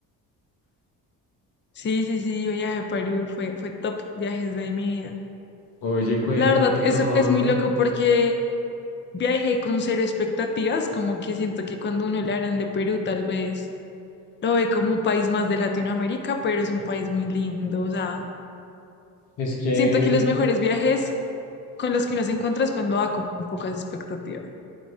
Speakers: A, on the left; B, on the left.
A: Sí, sí, sí, yo viajé a Perú, fue, fue top viajes de mi vida.
B: Oye, cuéntame
A: La verdad,
B: todo.
A: eso es muy loco porque viajé con cero expectativas, como que siento que cuando uno le hablan de Perú, tal vez lo ve como un país más de Latinoamérica, pero es un país muy lindo, o sea,
B: Es que,
A: siento que los mejores viajes con los que uno se encuentra es cuando va con pocas expectativas.